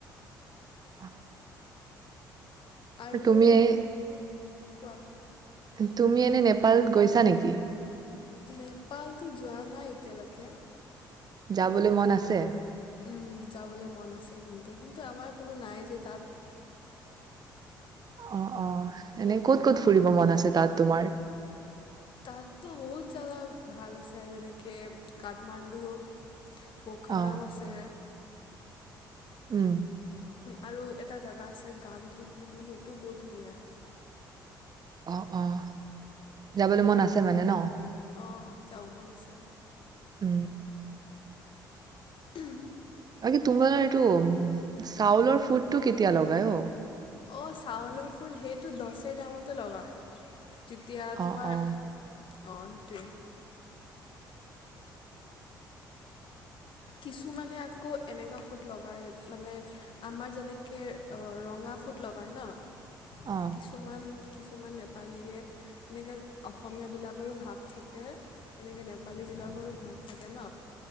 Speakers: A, on the right; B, on the left.
A: অহ।
B: আৰু
A: তুমি এই।
B: কোৱা।
A: তুমি এনে নেপালত গৈছা নেকি?
B: নেপাল তো যোৱা নাই এতিয়া লৈকে।
A: যাবলৈ মন আছে?
B: উম, যাবলৈ মন আছে কিন্তু কিন্তু আমাৰ কোনো নাই যে তাত।
A: অ', অ', এনে ক'ত, ক'ত ফুৰিব মন আছে তাত তোমাৰ?
B: তাতো বহুত জাগা ভাল আছে যেনেকে কাঠমাণ্ডু পখৰাও
A: অ
B: আছে।
A: উম।
B: আৰু এটা জেগা আছে গানদ্ৰপ বুলি সেইটোও বহুত ধুনীয়া।
A: অহ, অহ। যাবলৈ মন আছে মানে ন'।
B: অঁ যাব মন আছে
A: উম।
B: উম,
A: বাকি তোমাৰ এইটো, চাউলৰ ফুটটো কেতিয়া লগাই অ'।
B: অহ চাউলৰ ফুট সেইটো দচে দামতে লগায়। যেতিয়া তোমাৰ
A: অ অ
B: অহ সেইটোৱে। কিছুমানে আকৌ এনেকুৱা ফুট লগায়, মানে আমাৰ যেনেকে অহ ৰঙা ফুট লগায় ন'?
A: অ
B: কিছুমান কিছুমান নেপালীয়ে, এনেকে অসমীয়া বিলাকৰো ভাগ থাকে, তেনেকে নেপালী বিলাকৰো ভাগ থাকে ন?